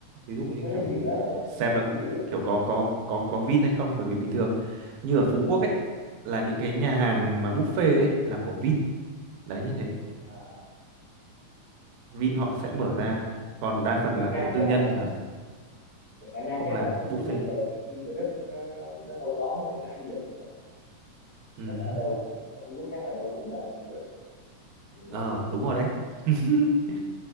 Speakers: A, on the right; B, on the left.
A: ví dụ như
B: các thương
A: kiểu
B: hiệu lớn phải không
A: xem
B: các cái
A: là
B: thương hiệu lớn
A: kiểu
B: lớn
A: có có có có Vin hay không bởi vì bình thường như ở Phú Quốc ấy là những cái nhà hàng mà buffet ấy là của Vin đấy như thế
B: à,
A: Vin họ sẽ mở
B: à,
A: ra còn đa phần
B: khả
A: là
B: năng
A: kiểu tư
B: là
A: nhân thì họ
B: khả năng
A: không
B: chắc
A: làm
B: là ở
A: buffet
B: Phú Quốc là Vin, Vingroup nó nó nó thâu tóm về cái mảng du lịch rồi
A: ừ
B: chắc ở đâu cũng ở Phú Quốc chắc ở đâu cũng là Vingroup Vingroup
A: ờ
B: hết
A: đúng rồi đấy <laughs>